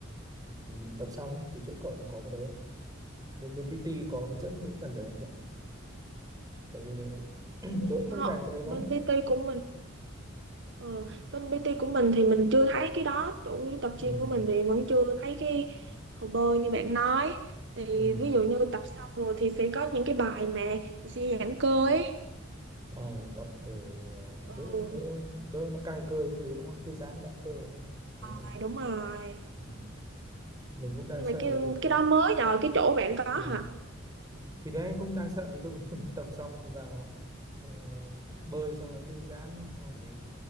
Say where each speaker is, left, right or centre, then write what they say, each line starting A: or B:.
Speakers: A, on the right (about 20°); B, on the right (about 60°).
A: mình, mình tập xong ấy. thì chỗ cậu nó có cái đấy không bên, bên PT có hướng dẫn cái phần đấy không? tại vì nhiều- <clears throat>
B: ừ,
A: tôi cũng không
B: họ
A: dành cái đấy lắm
B: bên PT của mình Ờ, bên PT của mình thì mình chưa thấy cái đó chủ tập
A: ừ.
B: gym của mình thì vẫn chưa thấy cái hồ bơi như bạn nói thì
A: Ừ.
B: ví dụ như tập xong rồi thì sẽ có những cái bài mà sẽ giãn cơ ấy
A: ờ, tập để ờ,
B: ừ
A: đỡ
B: đúng
A: đỡ đỡ nó căng cơ cái thứ đúng không thư giãn giãn cơ đúng không đúng rồi.
B: rồi đúng rồi
A: Ừ. mình cũng đang
B: nhưng
A: sợ
B: mà cái
A: thì
B: cái đó mới nhờ cái chỗ bạn có
A: ừ.
B: hả
A: thì đấy cũng đang sợ ví dụ <laughs> tập xong rồi vào ờ, bơi xong lại thư giãn rồi